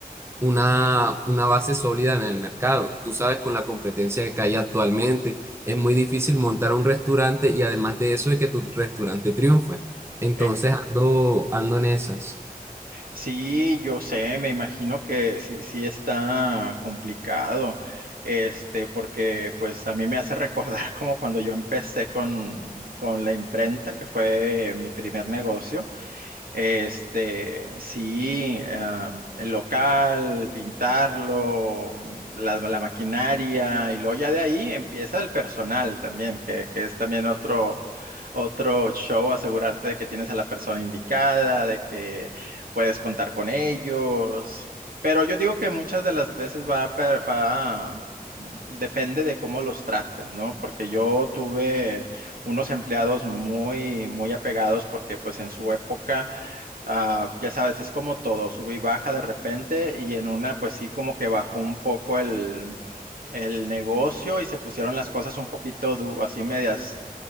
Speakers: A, on the right (about 15°); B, on the right (about 70°).
A: una, una base sólida en el mercado. Tú sabes, con la competencia que hay actualmente, es muy difícil montar un restaurante y además de eso, de que tu restaurante triunfe. Entonces
B: Eh,
A: ando, ando en esas.
B: sí, yo sé, me imagino que sí, sí está complicado. Este, porque pues a mí me hace recordar <laughs> como cuando yo empecé con, con la imprenta, que fue mi primer negocio. Este, sí, ah, el local, pintarlo, la, la maquinaria, y luego ya de ahí empieza el personal también, que, que es también otro, otro show, asegurarte de que tienes a la persona indicada, de que puedes contar con ellos. Pero yo digo que muchas de las veces va, a per- va, mm, depende de cómo los trates, ¿no? Porque yo tuve unos empleados muy, muy apegados porque pues en su época Ah, ya sabes, es como todo, sube y baja de repente y en una pues sí como que bajó un poco el, el negocio y se pusieron las cosas un poquito du- así medias